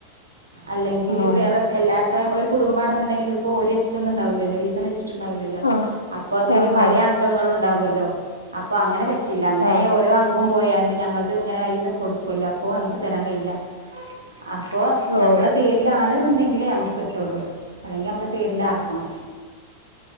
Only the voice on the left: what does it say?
ആഹ്
ആഹ്
ആഹ്
ആഹ്
ആഹ് ആഹ്
ഓ